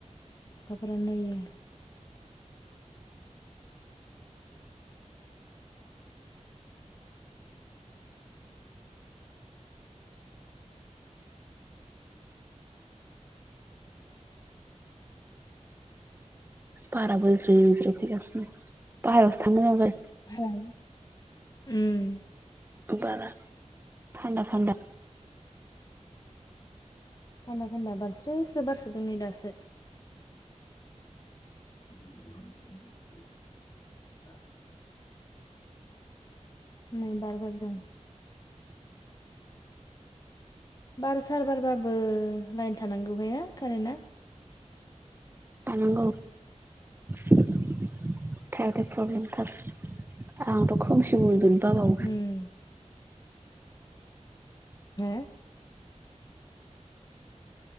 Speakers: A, on the left; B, on the right.
A: अखाफोरानो इयो
B: बाराबो ज्रि ज्रि फैगासिनो बाहेरावसो थांनो मोजां जादो
A: <unintelligible> उम
B: बारा थान्दा थान्दा
A: थान्दा थान्दा बारस्रोस्रो बारसोदों नै दासो <inaudible> नै बार बारदों बार सार बारबाबो लाइन थानांगौहाय ना कारेन्टआ
B: थानांगौ थायाथाय प्रब्लेमथार आंथ' खोमसिबो बाव
A: उम हो